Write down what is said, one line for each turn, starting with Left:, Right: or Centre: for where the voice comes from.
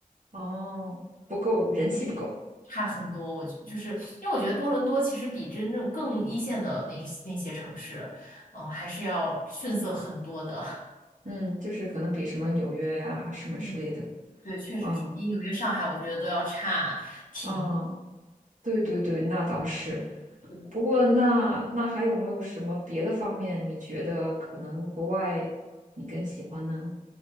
Right: 哦，人气不够，
Left: 差很多。我觉就是因为我觉得多伦多其实比真正更一线的那那些城市，嗯、还是要逊色很多的。
Right: 嗯，就是可能比什么纽约啊什么之类的，
Left: 嗯 <laughs>，对，确实是比纽约、
Right: 嗯
Left: 上海，我觉得都要差挺。
Right: 嗯，嗯对对对，那倒是。
Left: 是的，
Right: 不过那那还有没有什么别的方面，你觉得可能国外你更喜欢呢？